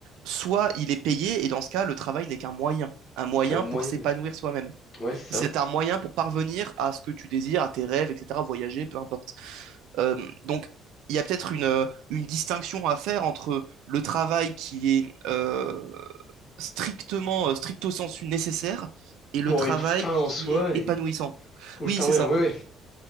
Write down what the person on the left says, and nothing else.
c'est un moyen
de-
ouais, c'est ça.
Pour
une fin
en soi
et pour
juste un
moyen.
Ouais ouais.